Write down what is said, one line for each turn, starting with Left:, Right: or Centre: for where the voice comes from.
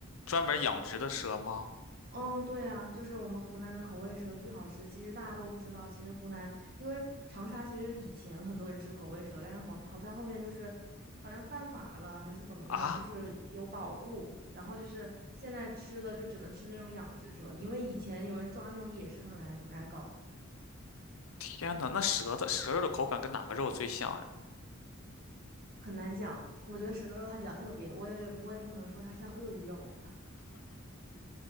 Left: 专门养殖的蛇吗？
Right: 哦，对啊，就是我们湖南的口味蛇巨好吃。其实大家都不知道，其实湖南因为长沙，其实以前很多人吃口味蛇，但是好像好像后面就是好像犯法了还是怎么样，
Left: 啊？
Right: 就是有保护，然后就是现在吃的就只能吃那种养殖蛇，因为以前有人抓那种野生的来来搞，
Left: 天呐，那舌的舌肉的口感跟哪个肉最像呀？
Right: 很难讲。我觉得蛇肉它比较特别，我也我也不可能说它像鳄鱼肉，